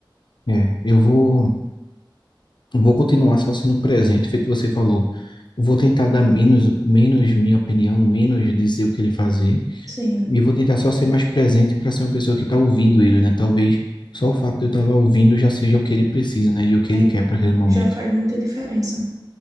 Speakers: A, on the left; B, on the right.
A: É, eu vou Vou continuar só sendo presente, feito que você falou. Vou tentar dar menos, menos minha opinião, menos dizer o que ele fazer,
B: Sim,
A: e vou tentar só ser mais presente para ser uma pessoa que está ouvindo ele, né? Talvez só o fato de eu estar lá ouvindo já seja o que ele precisa, né? E o que
B: é.
A: ele quer para aquele momento.
B: Já faz muita diferença.